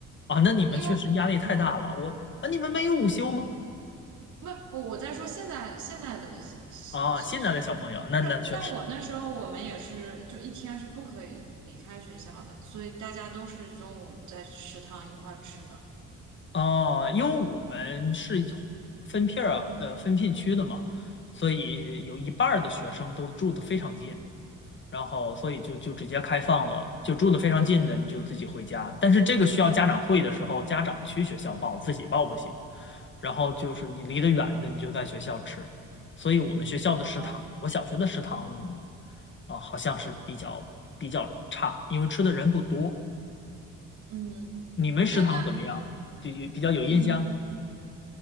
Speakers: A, on the left; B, on the right.
A: 啊，那你们确实压力太大了，
B: 因为我，哦，
A: 我啊，你们没有午休吗？
B: 不，我我在说现在现在的小小学。
A: 啊，现在的小朋友，那那确实。
B: 是，但我那时候我们也是，就一天是不可以离开学校的，所以大家都是中午在食堂一块儿吃的。
A: 哦，因为我们是分片儿啊呃分片区的嘛，所以有一半儿的学生都住得非常近，然后所以就就直接开放了，就住得非常近的你就自己回家。但是这个需要家长会的时候，家长去学校报，自己报不行。然后就是你离得远的，你就在学校吃。所以我们学校的食堂，
B: 哦，
A: 我小学的食堂啊，好像是比较比较差，因为吃的人不多。
B: 嗯，
A: 你们食堂怎么样？
B: 哎，那
A: 就有比较有印象？
B: 嗯，